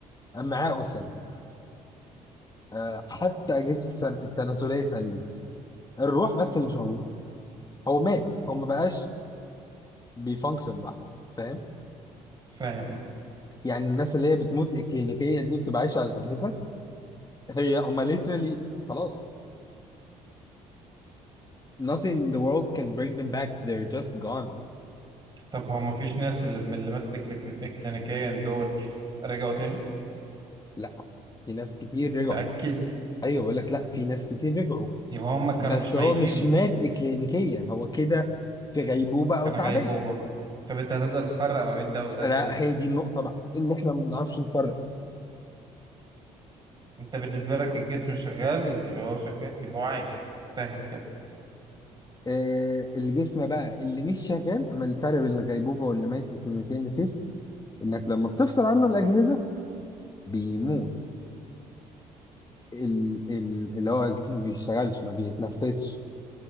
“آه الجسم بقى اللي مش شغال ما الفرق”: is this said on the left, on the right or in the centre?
Left